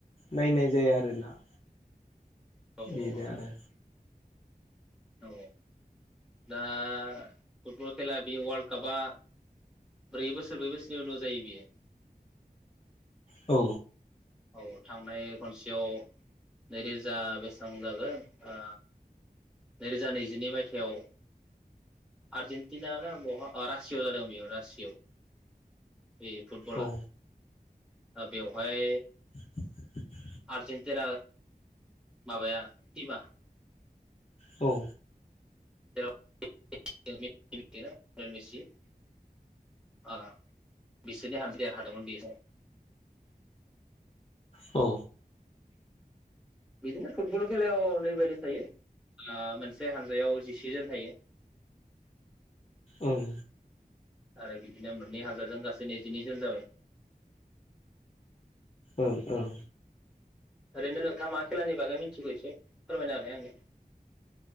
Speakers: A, on the left; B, in the centre.
A: नायनाय जाया आरोना।
B: औ
A: बेनो
B: औ
A: आरो।
B: औ औ दा फुटबल खेला बे वर्ल्ड कापआ ब्रै बोसोर ब्रै बोसोरनि उनाव जायो बियो।
A: औ।
B: औ थांनाय खनसेयाव नैरोजा बेसेबां जागोन ओ नैरोजा नैजिनै मायथाइयाव आर्जेन्टिना ना बहा रासिययाव जादों बेयाव रासियायाव। बे फुटबला
A: औ
B: दा बेवहाय
A: <unintelligible>
B: आर्जेनटिना माबाया टिमा
A: औ
B: <unintelligible>
A: औ
B: बिदिनो फुटबल खेलायाव ओैरैबायदि थायो ओ मोनसे हानजायाव जिसेजोन थायो
A: ओं
B: आरो बिदिनो मोननै हाजारजों गासै नैजिनै जोन जाबाय
A: ओं
B: ओरैनो नोंथा मा खेलानि बागै मिथिगौ एसे फोरमायना होलाय आंनो